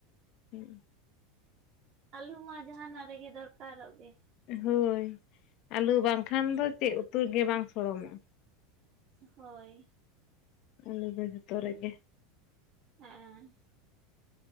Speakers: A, on the left; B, on the right.
A: ᱦᱮᱸ᱾
B: ᱟᱞᱩ ᱢᱟ ᱡᱟᱦᱟᱱᱟᱜ ᱨᱮᱜᱮ ᱫᱚᱨᱠᱟᱨᱚᱜ ᱜᱮ᱾
A: ᱦᱳᱭ ᱟᱞᱩ ᱵᱟᱝᱠᱷᱟᱱ ᱫᱚ ᱪᱮᱫ ᱩᱛᱩ ᱜᱮ ᱵᱟᱝ ᱥᱚᱲᱚᱢᱚᱜ-ᱟ᱾
B: ᱦᱳᱭ᱾
A: ᱟᱹᱞᱩ ᱫᱚ ᱡᱚᱛᱚ ᱨᱮᱜᱮ
B: ᱦᱮᱸᱻ